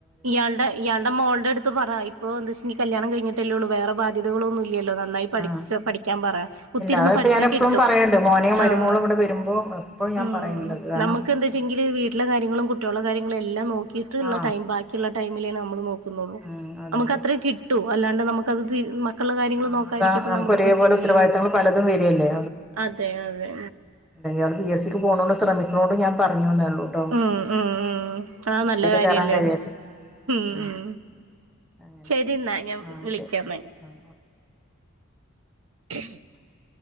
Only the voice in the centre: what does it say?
ആഹ്
ഇല്ല അതൊക്കെ
ഞാൻ എപ്പോഴും
പറയണ്ട് മോന് മരുമോളും
ഇവിടെ വരുമ്പോ ഇപ്പോ ഞാൻ
പറയുന്നുണ്ട് കാരണം
ആ
ആ അതെ
അതെ
ആ
അതാ
ഒരേപോലെ
ഉത്തരവാദിത്തങ്ങൾ പലതും വരികല്ലേ
നിങ്ങള് പി എസ് സിക്ക് പോണോണ്ട് ശ്രമിക്കണോണ്ട് ഞാൻ പറഞ്ഞുന്നേ ഉള്ളൂ.
കേറാൻ കഴിയട്ടെ
ആഹ്
അങ്ങനെ
ആഹ്
ശരി
ആഹ്